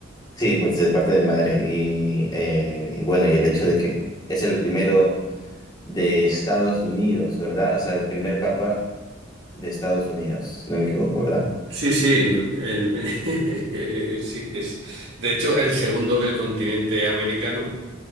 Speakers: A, on the left (about 20°); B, on the right (about 60°).
A: sí, pues de parte de madre. Y, eh, y bueno, y el hecho de que es el primero de Estados Unidos, ¿verdad? O sea, el primer Papa de Estados Unidos, si no me equivoco, ¿verdad?
B: Sí, sí. eh, <laughs> sí, es. De hecho, el segundo del continente americano,